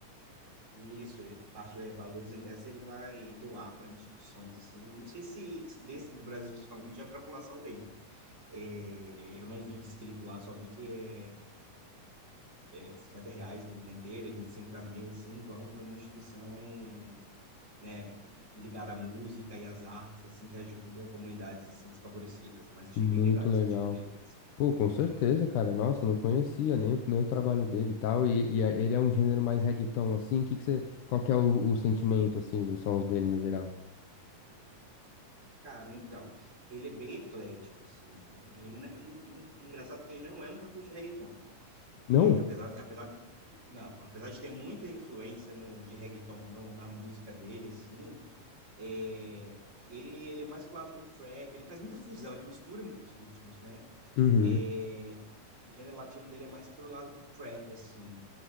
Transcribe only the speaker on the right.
isso, ele parte do é, valor dos ingressos, ele vai doar para instituições assim. Não sei se, se desse do Brasil principalmente é para a fundação dele. É, eu não vi escrito lá, só vi que é é, 50 reais do, da inteira e 25 da meia, assim, vão para uma instituição né, ligada à música e às artes, assim, que ajuda comunidades assim desfavorecidas. Mas achei
bem legal a iniciativa
deles.
Cara, então, ele é bem eclético, assim. e Ele, na- en- en- engraçado que ele não é um cantor de reggaeton.
É, apesar, apesar de, não, apesar de ter muita influência no, de reggaeton no- na música dele, assim, é, ele, ele é mais pro lado do trap, ele faz muita fusão, ele mistura muitos ritmos, né?
É, o gênero latino dele é mais pro lado do trap, assim.